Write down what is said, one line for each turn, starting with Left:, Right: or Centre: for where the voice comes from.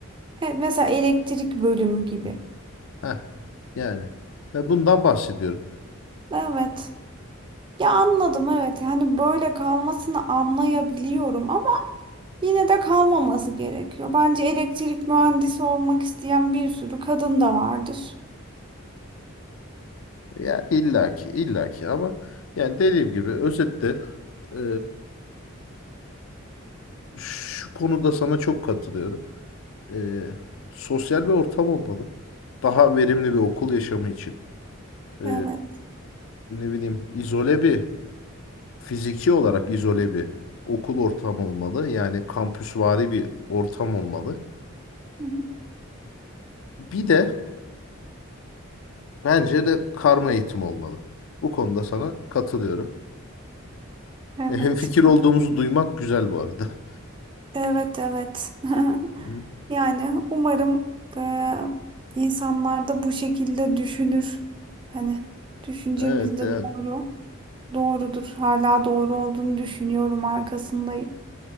Right: e, mesela elektrik bölümü gibi.
Left: Heh, yani ve bundan bahsediyorum.
Right: Evet. Ya anladım evet. Hani böyle kalmasını anlayabiliyorum ama yine de kalmaması gerekiyor. Bence elektrik mühendisi olmak isteyen bir sürü kadın da vardır.
Left: Ya illaki illaki ama yani dediğim gibi özetle e, şu konuda sana çok katılıyorum. E, sosyal bir ortam olmalı. Daha verimli bir okul yaşamı için. E,
Right: Evet.
Left: ne bileyim izole bir fiziki olarak izole bir okul ortamı olmalı. Yani kampüsvari bir ortam olmalı.
Right: <laughs>
Left: Bir de bence de karma eğitim olmalı. Bu konuda sana katılıyorum.
Right: Evet.
Left: E, hemfikir olduğumuzu duymak güzel bu arada.
Right: Evet, evet. <laughs>
Left: Hı hı.
Right: Yani umarım eee, insanlar da bu şekilde düşünür. Hani düşüncemiz
Left: Evet
Right: de
Left: yani.
Right: doğru. Doğrudur. Hala doğru olduğunu düşünüyorum arkasındayım.